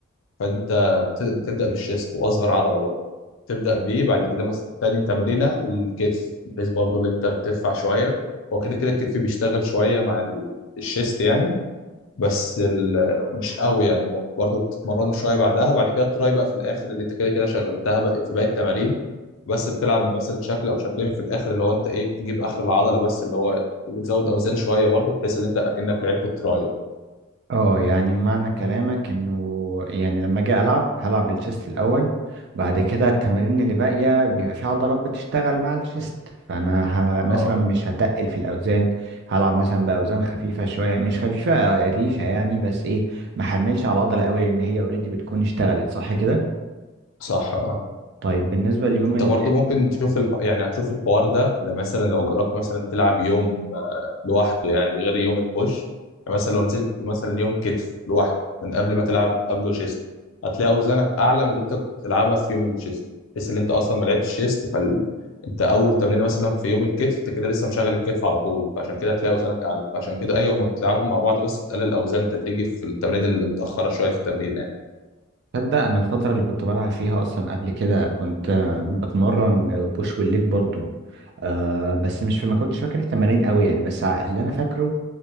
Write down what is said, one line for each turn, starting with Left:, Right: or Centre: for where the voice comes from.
Left: فانت بت- بتبدا بالشيست واصغر عضله بقى تبدا بيه بعد كده مثلا تاني تمرينه الكتف بحيث برضو اللي انت بتدفع شويه هو كده كده الكتف بيشتغل شويه مع ال- الشيست يعني بس ال... مش قوي يعني برضو بتتمرنه شويه بعدها بعد كده تراي بقى في الاخر اللي انت كده كده شغلتها بقى في باقي التمارين بس بتلعب مثلا شكل او شكلين في الاخر اللي هو انت ايه تجيب اخر العضله بس اللي هو بتزود اوزان شويه برضو بحيث ان انت اكنك لعبت التراي يعني.
Right: اه يعني معنى كلامك انه يعني لما اجي العب هلعب الشيست الاول بعد كده التمارين اللي باقيه بيبقى في عضلات بتشتغل مع الشيست فانا ه... مثلا
Left: اه
Right: مش هتقل في الاوزان هلعب مثلا باوزان خفيفه شويه مش خفيفه آه، ريشه يعني بس ايه ما حملش على العضله قوي لان هي اوريدي بتكون اشتغلت صح كده
Left: صح اه
Right: طيب بالنسبه ليوم
Left: انت
Right: ال-
Left: برضو ممكن تشوف الح... يعني هتشوف الحوار ده لما مثلا لو جربت مثلا تلعب يوم آه، لوحده يعني غير يوم البوش مثلا لو نزلت مثلا يوم كتف لوحده من قبل ما تلعب قبله شيست هتلاقي اوزانك اعلى من اللي انت كنت بتلعبها في يوم الشيست بحيث ان انت اصلا ما لعبتش شيست فال... انت اول تمرين مثلا في يوم الكتف انت كده لسه مشغل الكتف على طول فعشان كده هتلاقي اوزانك اعلى فعشان كده ايوه ما بتلعبهم مع بعض بس بتقلل الاوزان تدريجي في التمرين اللي متاخره شويه في التمرين
Right: تصدق انا الفتره اللي كنت بلعب فيها اصلا قبل كده كنت آه، بتمرن بوش والليج برضو آه بس مش ما كنتش فاكر التمارين قوي يعني بس ع- اللي انا فاكره